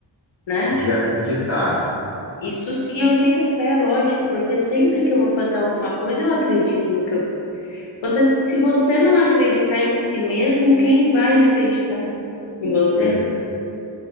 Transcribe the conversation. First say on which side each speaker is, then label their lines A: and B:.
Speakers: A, on the left; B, on the left.
A: né?
B: De acreditar.
A: Isso sim, eu tenho fé, lógico, porque sempre que eu vou fazer alguma coisa, eu acredito no que eu. Você, se você não acreditar em si mesmo, quem vai acreditar em você?
B: É